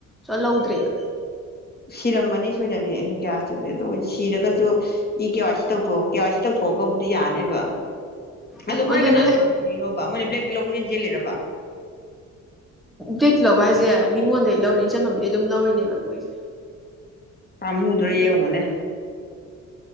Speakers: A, in the centre; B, on the left.
A: ꯁꯨꯡꯂꯧ ꯂꯧꯗ꯭ꯔꯦꯕ
B: ꯁꯤꯔꯝꯃꯅꯤ ꯁꯣꯏꯗꯪꯒꯤꯦ ꯒ꯭ꯌꯥꯁꯇꯨꯗꯤ ꯑꯗꯣ ꯁꯤꯔꯒꯁꯨ ꯏ ꯀꯦ ꯋꯥꯋꯥꯏ ꯁꯤ ꯇꯧꯣꯛ ꯀꯦ ꯋꯥꯏ ꯁꯤ ꯇꯧꯊꯣꯛꯑꯒꯕꯨꯗꯤ ꯌꯥꯅꯦꯕ
A: ꯎꯝ
B: ꯑꯗꯨ ꯃꯣꯏ
A: ꯑꯗꯨꯅꯦ
B: ꯀꯅꯥ ꯃꯣꯏ꯭ꯂ ꯂꯧꯣꯏꯁꯤ ꯖꯦꯂꯔꯕꯥ
A: ꯕ꯭ꯂꯦꯛꯇ ꯂꯧꯕ ꯍꯥꯏꯁꯦ ꯃꯤꯉꯣꯟꯗꯒꯤꯩ ꯂꯧꯔꯤꯅꯤ ꯆꯅꯣꯝꯗꯩ ꯑꯗꯨꯝ ꯂꯧꯔꯤꯅꯦꯕ ꯃꯣꯏꯁꯦ
B: ꯄꯥꯝꯨꯗ꯭ꯔꯔꯤꯅꯦ
A: ꯑꯗꯨꯅ